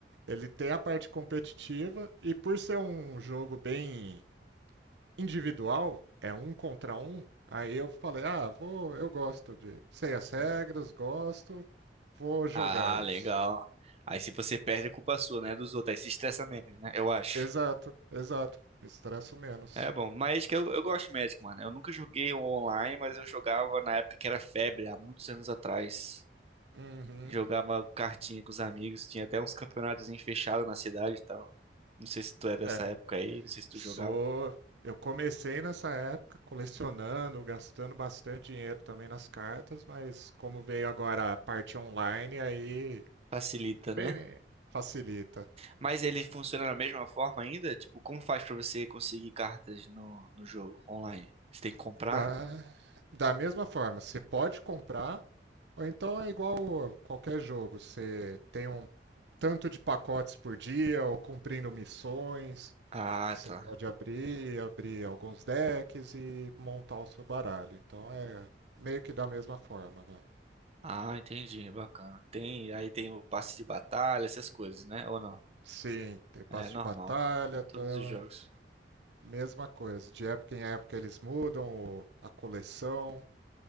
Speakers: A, on the right; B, on the right.
A: Ele tem a parte competitiva e por ser um jogo bem individual, é um contra um. Aí eu falei, ah, vou, eu gosto de, sei as
B: hum.
A: regras, gosto, vou jogar
B: Ah,
A: isso.
B: legal. Aí se você perde, é culpa sua, né? Dos outros. Aí se estressa menos, né? Eu acho.
A: Exato, exato. Estresso menos.
B: É bom. Magic, eu, eu gosto de Magic, mano. Eu nunca joguei online, mas eu jogava na época que era febre, há muitos anos atrás.
A: Uhum.
B: Jogava cartinha com os amigos. Tinha até uns campeonatos fechados na cidade e tal. Não sei se tu é dessa
A: É,
B: época aí. Não sei se tu
A: sou.
B: jogava.
A: Eu comecei nessa época colecionando, gastando bastante dinheiro também nas cartas, mas como veio agora a parte online, aí
B: Facilita, né?
A: é, facilita.
B: Mas ele funciona da mesma forma ainda? Tipo, como faz pra você conseguir cartas no, no jogo online? Você tem que comprar?
A: Da, da mesma forma, você pode comprar, ou então é igual qualquer jogo, você tem um tanto de pacotes por dia, ou cumprindo missões,
B: Ah,
A: que você
B: tá.
A: pode abrir, abrir alguns decks e montar o seu baralho. Então é meio que da mesma forma, né?
B: Ah, entendi, bacana. Tem, aí tem o passe de batalha, essas coisas, né? Ou não?
A: Sim, tem passe
B: É normal,
A: de batalha,
B: como todos
A: então é
B: os jogos.
A: a mesma coisa. De época em época eles mudam o- a coleção.